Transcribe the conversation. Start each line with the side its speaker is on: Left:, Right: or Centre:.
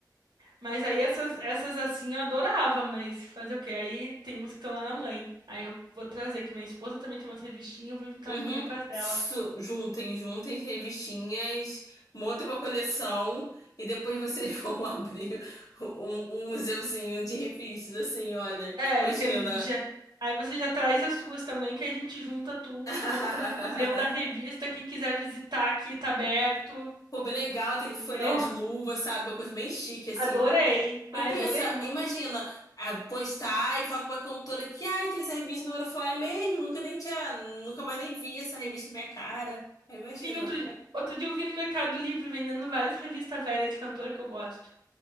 Right: Mas aí essas, essas assim eu adorava, mas fazer o quê? Aí tem umas que estão lá na mãe. Aí eu vou trazer, que minha esposa também tem umas revistinhas, eu vou juntar
Left: Uhum.
Right: as minhas com as dela.
Left: Su- Juntem, juntem revistinhas, montem uma coleção e depois vocês <laughs> vão abrir um, um museuzinho de revistas, assim, olha.
Right: É,
Left: Imagina.
Right: e tem- já... aí você já traz as suas também, que a gente junta tudo.
Left: <laughs>
Right: Vamos fazer um museu da revista. Quem quiser visitar aqui, tá aberto.
Left: Pô, bem legal, tem
Right: Entendeu?
Left: que folhear de
Right: <laughs>
Left: luva, sabe? Uma coisa bem chique, assim.
Right: Adorei. Ai,
Left: Mas pensa,
Right: adorei. ma-
Left: imagina, ah, postar e falar com uma cantora que, ai, tem essa revista, a cantora fala, é mesmo? Nunca nem tinha, nunca mais nem vi essa revista com minha cara. Aí imagina.
Right: Sim, outro dia, outro dia eu vi no Mercado Livre vendendo várias revistas velhas de cantora que eu gosto.